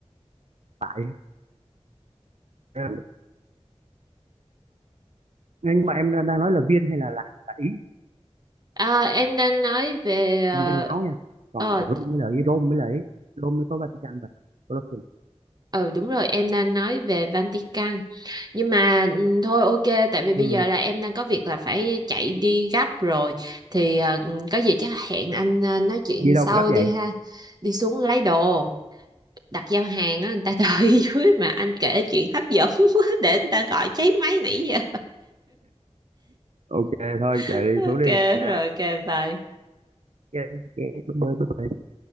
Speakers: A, on the right; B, on the right.
A: lại Đây nhưng mà em đang nói là Viên hay là là, là ý
B: À, em đang nói về ờ
A: Viên nói nha còn
B: ờ,
A: Rome mới là ý Rome mới là ý Rome mới có Vatican và Colosseum
B: ừ đúng rồi em đang nói về Vatican nhưng mà ừ, thôi ok tại vì bây
A: ừ.
B: giờ là em đang có việc là phải chạy đi gấp rồi thì ờ, có gì chắc hẹn anh ờ, nói chuyện
A: đi đâu
B: sau
A: mà gấp vậy
B: đi ha đi xuống lấy đồ đặt giao hàng á người ta <laughs> đợi dưới mà anh kể chuyện hấp dẫn quá để người ta gọi cháy máy nãy giờ
A: ok thôi
B: <laughs>
A: chạy đi
B: ok
A: xuống đi nha
B: rồi ok bye
A: Ok, ok, bye bye bye bye